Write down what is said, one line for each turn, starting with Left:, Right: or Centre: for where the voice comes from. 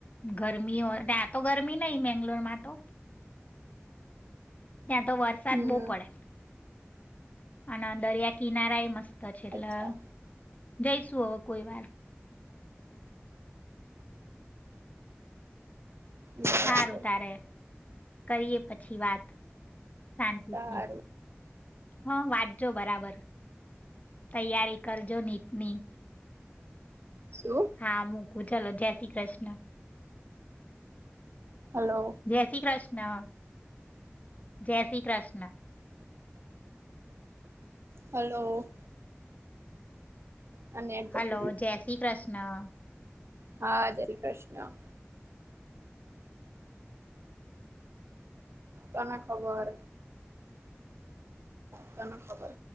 Left: ગરમીઓ ત્યાં તો ગરમી નહી મેંગ્લોર માં તો. ત્યાં તો વરસાદ
Right: હમ
Left: બહુ પડે. અને દરિયા કિનારા એ મસ્ ત છે એટલે
Right: અચ્છા
Left: જઈશું હવે કોઈ વાર.
Right: બરાબર
Left: સારું તારે. કરીએ પછી છી વાત શાંતિથી.
Right: સારું
Left: હા વાંચજો બરાબર તૈયારી કરજો નીટની
Right: શું
Left: હા મુું ચાલો જય શ્રી કૃષ્ણ.
Right: હલો
Left: જય શ્રી કૃષ્ણ. જય શ્રી કૃષ્ણ.
Right: હલો. આ નેટ
Left: હલો
Right: જતું રહ્યું
Left: જય શ્રી કૃષ્ણ.
Right: હા જય શ્રી કૃષ્ણ. તને ખબર, તનેખબર